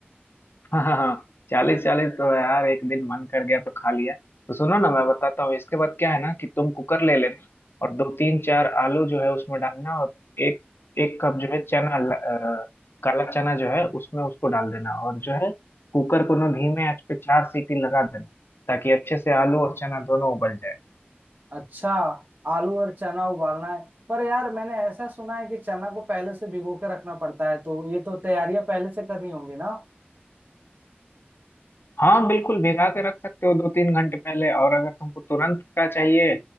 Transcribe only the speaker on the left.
हाँ हाँ हाँ चालीस चालीस तो यार एक दिन मन कर गया तो खा लिया तो सुनो ना मैं बताता हूँ इसके बाद क्या है ना कि तुम कुकर ले लेना और दो तीन चार आलू जो है उसमें डालना और एक एक कप जो है चना ल- अ, काला चना जो है उसमें उसको डाल देना और जो है कुकर को ना धीमे आंच पे चार सीटी लगा देना ताकि अच्छे से आलू और चना दोनों उबल जाए
हाँ बिल्कुल भिगा के रख सकते हो दो तीन घंटे पहले और अगर तुमको तुरंत का चाहिए